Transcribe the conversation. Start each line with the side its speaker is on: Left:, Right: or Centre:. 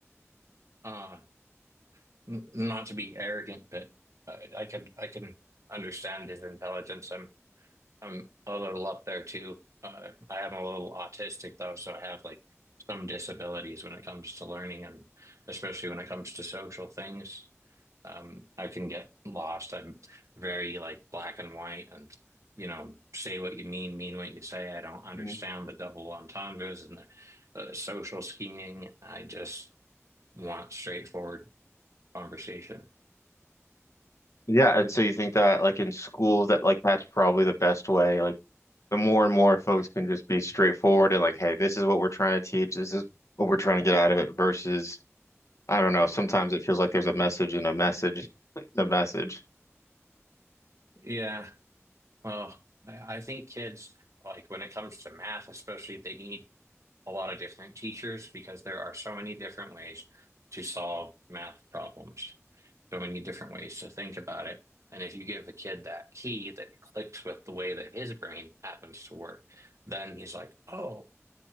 Right: uh, n not to be arrogant, but I, I could I can understand his intelligence. I'm I'm a little up there too. Uh, I am a little autistic though, so I have like some disabilities when it comes to learning and especially when it comes to social things. Um, I can get lost. I'm very like black and white and, you know, say what you mean, mean what you say. I don't understand
Left: Mhm.
Right: the double entendres and the, the social scheming. I just want straightforward conversation.
Left: Yeah. And so you think that like in school that like that's probably the best way, like the more and more folks can just be straightforward and like, hey, this is what we're trying to teach. This is what we're trying to get out of it versus, I don't know, sometimes it feels like there's a message in a message, <laughs> the message.
Right: Yeah. Well, I, I think kids, like when it comes to math, especially, they need a lot of different teachers because there are so many different ways to solve math problems, so many different ways to think about it. And if you give a kid that key that clicks with the way that his brain happens to work, then he's like, oh,